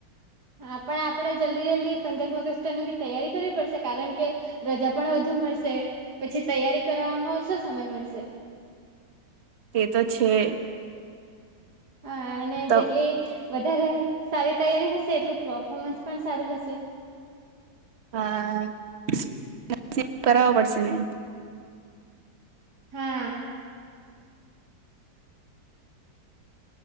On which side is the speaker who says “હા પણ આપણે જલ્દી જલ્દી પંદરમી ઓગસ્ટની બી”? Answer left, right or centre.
Right